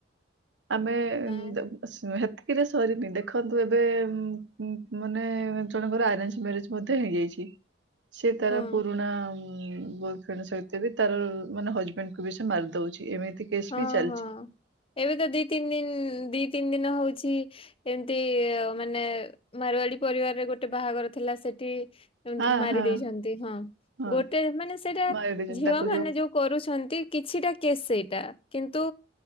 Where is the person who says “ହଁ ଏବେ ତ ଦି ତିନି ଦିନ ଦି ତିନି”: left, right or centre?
Left